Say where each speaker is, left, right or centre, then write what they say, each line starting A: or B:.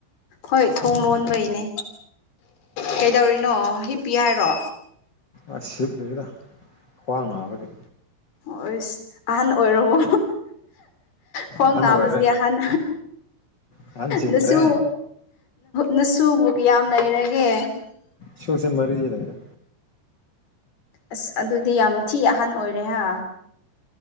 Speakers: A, on the left; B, on the left.
A: ꯍꯣꯏ ꯊꯣꯡ ꯂꯣꯟꯕꯩꯅꯦ ꯀꯩꯗꯧꯔꯤꯅꯣ ꯍꯤꯞ ꯄꯤ ꯍꯥꯏꯔꯣ
B: ꯑ ꯁꯤꯞꯇꯒꯤꯗ ꯈ꯭ꯋꯥꯡ ꯥꯡꯕꯒꯤ
A: ꯍꯁ ꯑꯍꯟ ꯑꯣꯏꯔꯕꯣ ꯐꯣꯡꯣꯡꯅꯕꯕꯁꯤꯕꯤ
B: ꯑꯍꯟ ꯑꯣꯏꯔꯦ
A: ꯑ ꯍꯥꯟ
B: ꯑꯍꯟ ꯆꯤꯡꯈ꯭ꯔꯦ
A: ꯅꯁꯨ ꯅꯁꯨꯕꯨꯨꯛ ꯌꯥꯝ ꯂꯩꯔꯒꯦ
B: ꯁꯨꯁꯦ ꯃꯔꯤ ꯂꯩꯦꯦ
A: ꯑꯁ ꯑꯗꯨꯗꯤ ꯌꯥꯝ ꯊꯤ ꯑꯍꯟ ꯑꯣꯏꯔꯦ ꯍꯥ